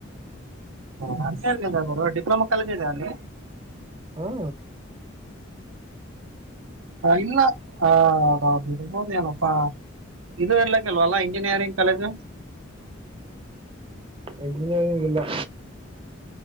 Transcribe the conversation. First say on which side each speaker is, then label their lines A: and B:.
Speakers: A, on the right; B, on the right.
A: ಹಂಗೇನಿಲ್ಲಾ ಗರು ಡಿಪ್ಲೊಮಾ ಕಾಲೇಜ್ ಇದೆಯಾ ಅಲ್ಲಿ.
B: ಹಾ
A: ಇಲ್ಲ ಆ ಇರಬೋದ ಏನೋಪ್ಪಾ ಇದು ಇರ್ಲಿಕ್ಕಲ್ವಲ್ಲಾ ಇಂಜಿನಿಯರಿಂಗ್ ಕಾಲೇಜು?
B: ಇಂಜಿನಿಯರಿಂಗ್ ಇಲ್ಲಾ.